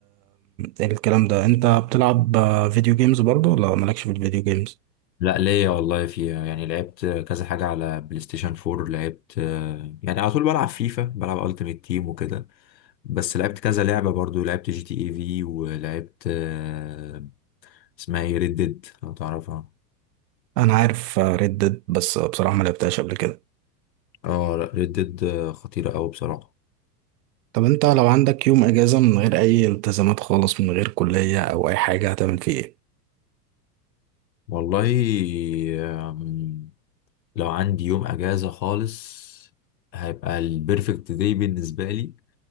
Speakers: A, on the right; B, on the left.
A: الكلام ده انت بتلعب آه، فيديو جيمز برضه ولا مالكش في الفيديو جيمز
B: لا ليا والله فيها يعني لعبت كذا حاجة على بلاي ستيشن 4 لعبت آه، يعني على طول بلعب فيفا بلعب التيمت تيم وكده بس لعبت كذا لعبة برضو لعبت جي تي اي في ولعبت آه، اسمها ايه ريد ديد لو تعرفها
A: انا عارف ريد ديد بس بصراحة ما لعبتهاش قبل كده
B: اه لا ريد ديد خطيرة أوي بصراحة
A: طب انت لو عندك يوم اجازة من غير اي التزامات خالص من غير كلية او اي حاجة هتعمل فيه ايه
B: والله آم، لو عندي يوم أجازة خالص هيبقى البرفكت داي بالنسبة لي